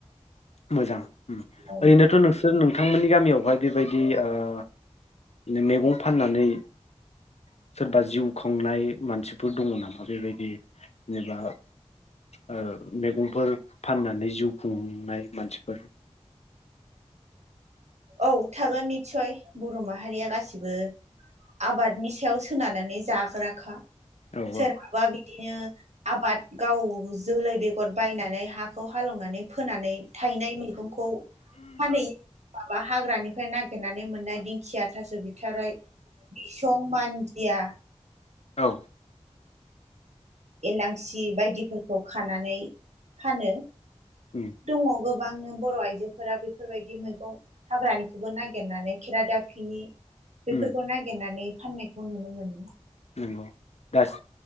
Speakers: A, on the left; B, on the right.
A: मोजां उम
B: औ
A: ओरैनोथ नोंसोर नोंथां मोननि गामियावहाय बेबायदि ओ मेगं फाननानैसोरबा जिउखुंनाय मानसिफोर दंनामा बेबायदि जेनेबा ओ मेगंफोर फाननानै जा जिउ खुंनाय मानसिफोर
B: औ थागोन निस्सय बर' माहारिया गासिबो आबादनि सायाव सोनारनानै जाग्राखा
A: औ
B: सोरहाबा
A: औ
B: बिदिनो आबाद गाव जोलै बेगर बायनानै हाखौ हाल एवनानै फोनानै थायनाय मैगंखौ फानहैयो माबा हाग्रानिफ्राय नागिरनानै मोननाय दिंखिया थास बिथाराइ बिसं मानदिया
A: औ
B: एलांसि बायदिफोरखौ खानान नानै फानो
A: उम
B: दङ गोब गोबांनो बर' आइजोफोरा बेफोरबायदि मैगं हाग्रानिखौबो नागिरनानै खेरादाफिनि बेफोरखौ
A: उम
B: नागिरनानै फाननायखौ नुनो मोनो
A: नंगौ दास